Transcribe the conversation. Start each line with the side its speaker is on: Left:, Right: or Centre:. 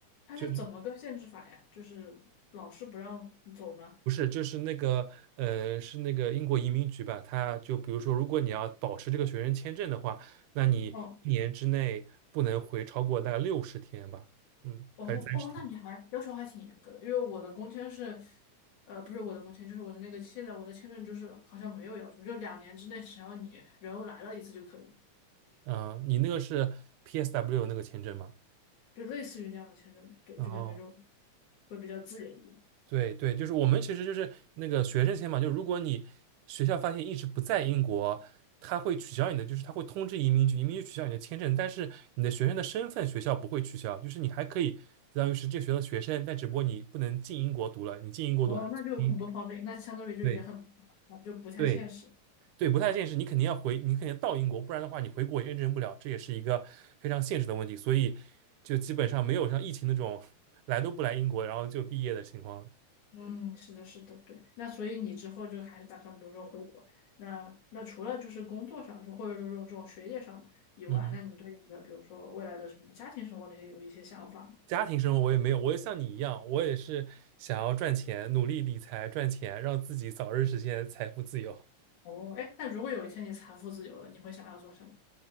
Left: 他是怎么个限制法呀？
Right: 就
Left: 就是老师不让你走吗？
Right: 不是就是那个呃，是那个英国移民局吧，他就比如说，如果你要保持这个学生签证的话，那你一年之内不能回超过大概六十天吧，
Left: 哦，
Right: 嗯，
Left: 哦，
Right: 还是三十天
Left: 哦，那你还要求还挺严格的，因为我的工签是，呃，不是我的工签，就是我的那个现在我的签证就是好像没有要求，就两年之内只要你人来了一次就可以，
Right: 啊？你那个是 PSW 那个签证吗？
Left: 就类似于那样的签证嘛。对，
Right: 哦。
Left: 就感觉就会比较自由一点。
Right: 对对，就是我们其实就是那个学生签嘛，就如果你学校发现一直不在英国，他会取消你的，就是他会通知移民局，移民局取消你的签证，但是你的学生的身份学校不会取消，就是你还可以相当于是这个学校的学生，但只不过你不能进英国读了，你进英国读还嗯，
Left: 哦，那就很不方便，那相当于就也很，
Right: 对
Left: 就不太现实。
Right: 对对，不太现实，你肯定要回，你肯定要到英国，不然的话你回国也认证不了，这也是一个非常现实的问题，所以就基本上没有像疫情那种 <laughs> 来都不来英国，然后就毕业的情况，
Left: 嗯，是的，是的，对。那所以你之后就还是打算，比如说回国，那那除了就是工作上，就或者说这种这种学业上嘛以外，
Right: 嗯。
Left: 那你对你的比如说未来的什么家庭生活那些有一些想法吗？
Right: 家庭生活我也没有，我也像你一样，我也是想要赚钱，努力理财赚钱，让自己早日实现财富自由。
Left: 哦，哎，那如果有一天你财富自由了，你会想要做什么？